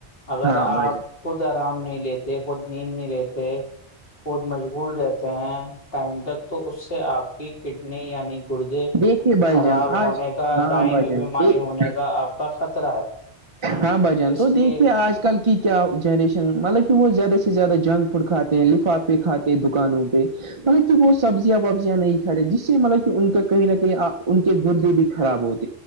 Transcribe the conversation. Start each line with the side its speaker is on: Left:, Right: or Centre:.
Left: اگر
Right: ہاں
Left: آپ
Right: بھائی جان
Left: خود آرام نہیں لیتے خود نیند نہیں رہتے خود مشغول رہتے ہیں ٹائم تک تو اس سے آپ کی کڈنی یعنی گدے
Right: دیکھیے بھائی
Left: خراب
Right: جان آج
Left: ہونے کا
Right: ہاں
Left: دائمی
Right: بھائی جان
Left: بیماری
Right: دیکھ
Left: ہونے کا آپ کا خطرہ ہے
Right: ہاں بھجان
Left: اس
Right: تو
Left: لیے
Right: دیکھیے آج کل کہ کیا جنریشن مطلب کہ وہ زیادہ سے زیادہ جنک فوڈ کھاتے ہیں لفاف پہ کھاتے دکانوں پہ مطلب کہ وہ سبزیاں وبزیاں نہیں کھاتے جس سے مطلب کہ ان کا کہیں نہ کہیں ان کے گردے بھی خراب ہوتے